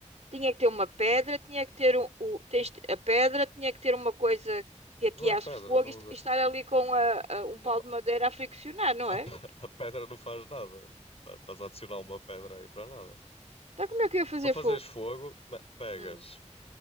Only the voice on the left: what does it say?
Não é pedra,
não
usas.
Não.
<laughs>
A,
pe- a pedra não faz nada. Tá- Estás a adicionar uma pedra aí para nada.
Para fazeres
fogo, me- pegas